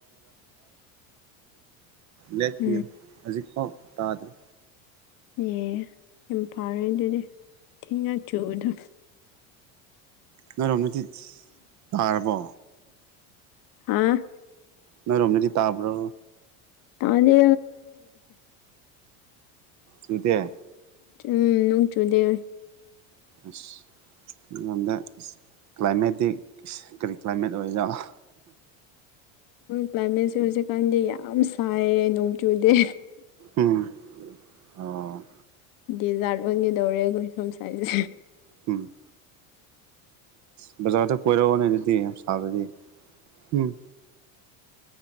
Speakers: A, on the right (about 45°); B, on the left (about 55°).
A: <unintelligible>
B: ꯎꯝ
A: ꯍꯧꯖꯤꯛꯐꯥꯎ ꯇꯥꯗ꯭ꯔꯤ
B: ꯑꯦ ꯌꯥꯝ ꯐꯥꯎꯔꯦ ꯑꯗꯨꯗꯤ ꯏꯊꯤꯟ ꯉꯥꯛꯆꯨꯕꯗ
A: ꯅꯣꯏꯔꯣꯃꯗꯥꯗꯤ ꯇꯥꯔꯕꯣ
B: ꯎꯝ
A: ꯅꯣꯏꯔꯣꯝꯗꯗꯤ ꯇꯥꯕ꯭ꯔꯣ
B: ꯇꯗꯦ
A: ꯆꯨꯗꯦ
B: ꯎꯝ ꯅꯣꯡ ꯆꯨꯗꯦ
A: <unintelligible> ꯀ꯭ꯂꯥꯏꯃꯦꯠꯇꯤ ꯀꯔꯤ ꯀ꯭ꯂꯥꯏꯃꯦꯠ ꯑꯣꯏꯔꯖꯠꯂꯣ
B: ꯀ꯭ꯂꯥꯏꯃꯦꯠꯁꯦ ꯍꯧꯖꯤꯛꯀꯥꯟꯗꯤ ꯌꯥꯝ ꯁꯥꯏꯌꯦ ꯅꯣꯡ ꯆꯨꯗꯦ
A: ꯎꯝ ꯑꯣ
B: ꯗꯗꯤꯖꯥꯔꯠ ꯑꯣꯏꯒꯗꯧꯔꯦ ꯑꯩꯈꯣꯏ ꯁꯣꯝ ꯁꯥꯏꯗ
A: ꯎꯝ ꯎ ꯕꯖꯥꯔꯗ ꯀꯣꯏꯔꯛꯑꯣꯅꯦ ꯑꯗꯨꯗꯤ ꯌꯥꯝ ꯁꯥꯗꯗꯤ ꯎꯝ